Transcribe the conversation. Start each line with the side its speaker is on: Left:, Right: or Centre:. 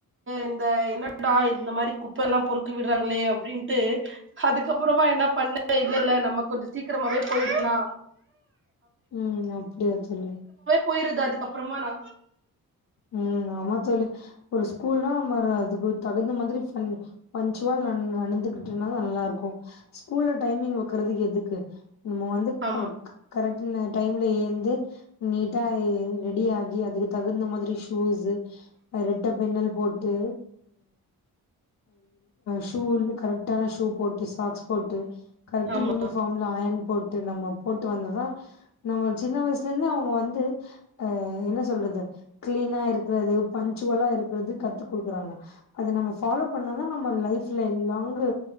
Right: இந்த என்னடா இந்த மாரி குப்ப எல்லா பொறுக்கு விடுறாங்களே அப்டின்ட்டு அதுக்கப்பறமா என்ன பண்ண இல்லல்ல நம்ம கொஞ்ச சீக்கிரமாவே போயிடலா
Left: உம் அப்டியா சொல்லு
Right: போயிருது அதுக்கப்புறமா நா
Left: உம் ஆமா தோழி ஒரு ஸ்கூல்னா நம்ம அதுக்கு தகுந்த மாதிரி பஞ்சுவள் நடந்துகிட்டு இருனா நல்லா இருக்கு ஸ்கூல டைமிங் வக்கறதுக்கு எதுக்கு நம்ம வந்து
Right: ஆமா
Left: கரெக்ட் டைம்ல ஏந்து நீட்டா ரெடி ஆகி அதுக்கு தகுந்த மாதிரி ஷூஸு ரெட்ட பின்னல் போட்டு ஷூ கரெக்டான ஷூ போட்டு சாக்ஸ் போட்டு கரேக்டா
Right: ஆமா
Left: யூனிஃபாம்லா அயன் போட்டு நம்ம போட்டு வந்ததா நம்ம சின்ன வயசுல இருந்து அவுங்க வந்து அ என்ன சொல்றது கிளீனா இருக்குறது பஞ்சுவலா இருக்குறது கத்து குடுக்குறாங்க அத நம்ம ஃபாலோ பண்ணா தா நம்ம லைஃப்ல எல்லாங்கு